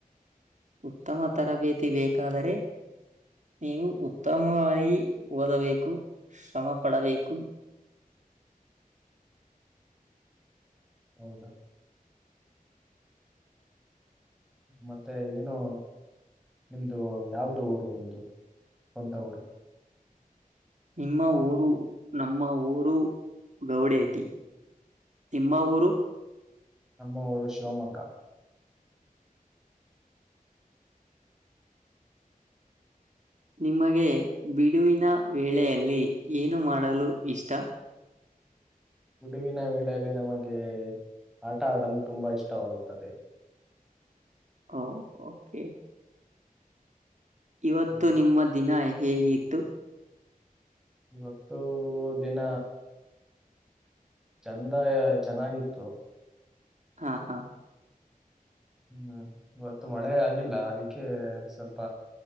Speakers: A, on the right (about 55°); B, in the centre.
A: ಉತ್ತಮ ತರಬೇತಿ ಬೇಕಾದರೆ ನೀವು ಉತ್ತಮವಾಗಿ ಓದಬೇಕು ಶ್ರಮ ಪಡಬೇಕು.
B: ಹೌದಾ ಮತ್ತೆ ಏನು ನಿಮ್ದು ಯಾವ್ದು ಊರು ನಿಮ್ದು ಸ್ವಂತ ಊರು
A: ನಿಮ್ಮ ಊರು ನಮ್ಮ ಊರು ಗೌಡೇತಿ ನಿಮ್ಮ ಊರು
B: ನಮ್ಮ ಊರು ಶಿವಮೊಗ್ಗ
A: ನಿಮಗೆ ಬಿಡುವಿನ ವೇಳೆಯಲ್ಲಿ ಏನು ಮಾಡಲು ಇಷ್ಟ
B: ಬಿಡುವಿನ ವೇಳೆಯಲ್ಲಿ ನಮಗೆ ಆಟ ಆಡಲು ತುಂಬಾ ಇಷ್ಟವಾಗುತ್ತದೆ.
A: ಹ ಓಕೆ ಇವತ್ತು
B: ಹ್ಮ್.
A: ನಿಮ್ಮ ದಿನ ಹೇಗಿತ್ತು.
B: ಇವತ್ತು ದಿನ ಚಂದ ಚೆನ್ನಾಗಿತ್ತು.
A: ಹಾ ಹಾ
B: ಹ್ಮ್ ಇವತ್ತು ಮಳೆ ಆಗಿಲ್ಲ ಅದಕ್ಕೆ ಸ್ವಲ್ಪ